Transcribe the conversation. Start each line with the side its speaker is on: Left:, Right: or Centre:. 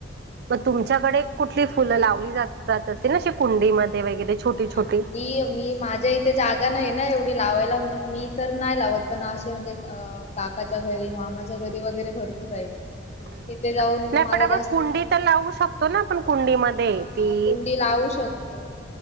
Right: मग तुमच्याकडे कुठली फुलं लावली जातात, तसे ना कुंडीमध्ये? वगैरे छोटी
Left: ह
Right: छोटी
Left: मी- मी माझ्या इथे जागा नाही ना एवढी लावायला म्हणून मी तर नाय लावत पण असे म्हणजे अ काकाच्या घरी मामाच्या घरी वगैरे भर <inaudible>
Right: <inaudible>
Left: तिथे जाऊन
Right: नाही
Left: मला
Right: पण आपण
Left: जास्त
Right: कुंडी
Left: होत.
Right: तर लावू शकतो ना आपण कुंडीमध्ये
Left: हा हा
Right: ती
Left: कुंडी लावू शकतो.